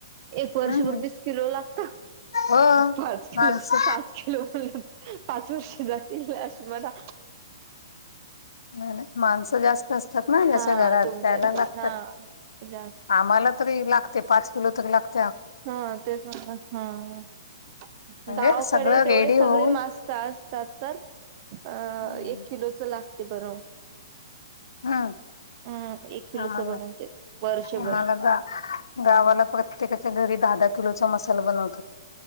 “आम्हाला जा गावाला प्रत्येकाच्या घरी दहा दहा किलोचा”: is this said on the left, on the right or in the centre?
Left